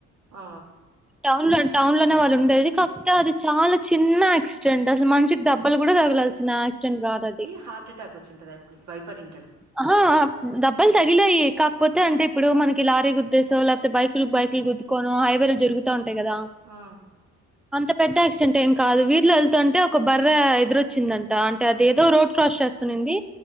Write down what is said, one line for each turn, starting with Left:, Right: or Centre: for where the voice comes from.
Right: ఆ
Centre: టౌన్లోన్ టౌన్ లోనే వాళ్ళు ఉండేది కాకపోతే అది చాలా చిన్న యాక్సిడెంట్ అసలు మనిషి దెబ్బలు కూడా తగలాల్సిన యాక్సి కాదు అది
Right: హార్ట్ అటాక్ వచ్చింటది ఇప్పుడు భయపడింటాడు
Centre: ఆహ దెబ్బలు తగిలాయి కాకపోతే అంటే ఇప్పుడు మనకి లారీ గుద్దేసో లేకపోతే బైకులు బైకులు గుద్దుకోనో హైవేలు జరుగు య్ గదా
Right: ఆ
Centre: అంత పె పెద్ద యాక్సిడెంట్ ఏం కాదు వీధిలో వెళ్తుంటే ఒక బర్రె ఎదురొచ్చిందంట అంటే అది ఏదో రోడ్ క్రాస్ చేస్తున్నుంది.